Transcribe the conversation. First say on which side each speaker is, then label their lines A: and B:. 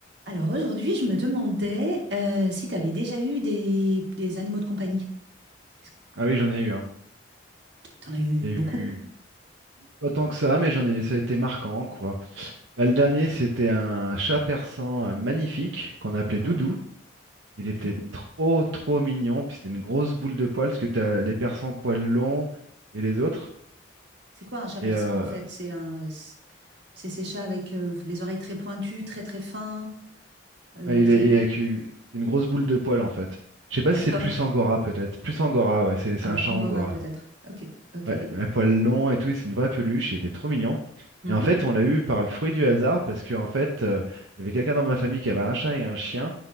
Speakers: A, on the right (about 60°); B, on the right (about 80°).
A: Alors aujourd'hui, je me demandais euh, si tu avais déjà eu des, des animaux de compagnie. Est-ce que
B: Ah oui, j'en ai eu, hein.
A: T'en as eu
B: J'ai
A: beaucoup?
B: eu pas tant que ça, mais j'en ai, ça a été marquant, quoi. Bah, le dernier, c'était un chat persan euh, magnifique qu'on appelait
A: Wow.
B: Doudou. Il était
A: Mhm.
B: trop, trop mignon. Puis c'était une grosse boule de poils, parce que t'as les persans poils longs et les autres.
A: C'est quoi un chat
B: Et
A: persan
B: euh,
A: en fait? C'est un, c'est c'est ces chats avec euh, les oreilles très pointues, très très fins, euh,
B: ah, il
A: très.
B: est il est avec une, c'est une grosse boule de poils, en fait. Je sais pas
A: D'accord?
B: si c'est plus Angora, peut-être. Plus Angora, ouais, c'est c'est
A: Alors
B: un chat
A: Angora
B: Angora.
A: peut-être. Ok, ok.
B: Ouais, à poil long et tout, c'est une vraie peluche, il était trop mignon.
A: Mhm,
B: Et en fait, on l'a eu par le fruit du hasard parce que en fait, euh, il y avait quelqu'un dans ma famille qui avait un chat et un chien.